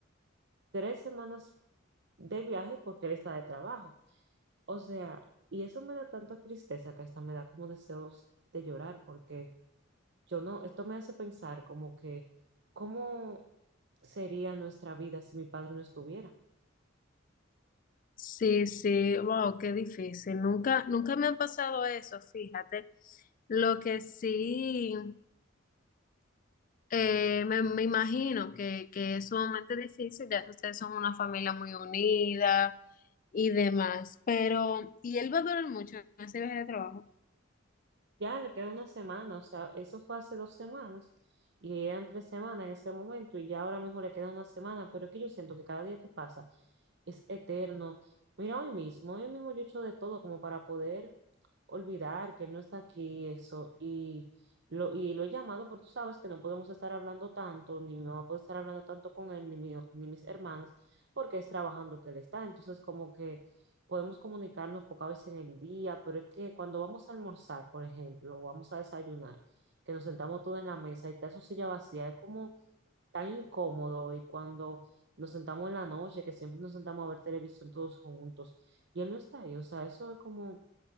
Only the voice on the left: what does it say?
Sí, sí, wow, qué difícil. Nunca, nunca me ha pasado eso, fíjate. Lo que sí, eh, me, me imagino que, que es sumamente difícil, ya que ustedes son una familia muy unida y demás, pero ¿y él va a durar mucho en ese viaje de trabajo?